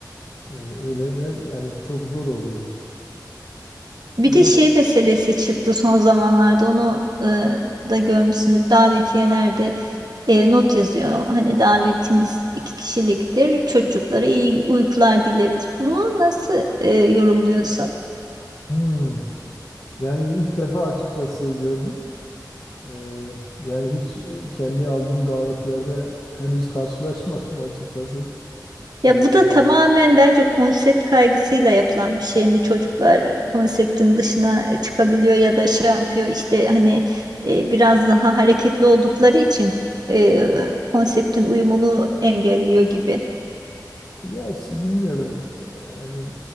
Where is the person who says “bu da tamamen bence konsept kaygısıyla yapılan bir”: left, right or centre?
Right